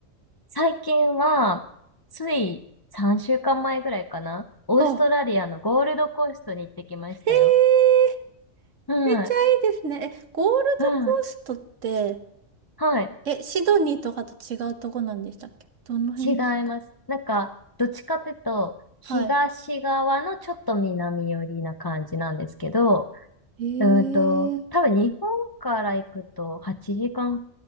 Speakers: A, on the left (about 35°); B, on the right (about 70°).
A: 最近は、つい3週間前ぐらいかな。オーストラリアのゴールドコーストに行ってきましたよ。
B: あ、へえ、
A: はい。
B: めっちゃいいですね。え、ゴールドコーストって、
A: はい。はい。
B: え、シドニーとかと違うとこなんでしたっけどの辺ですか
A: 違います。なんか、どっちかというと、東側のちょっと南寄りな感じなんですけど、
B: はい。へえ、
A: うーんと、多分日本から行くと8時間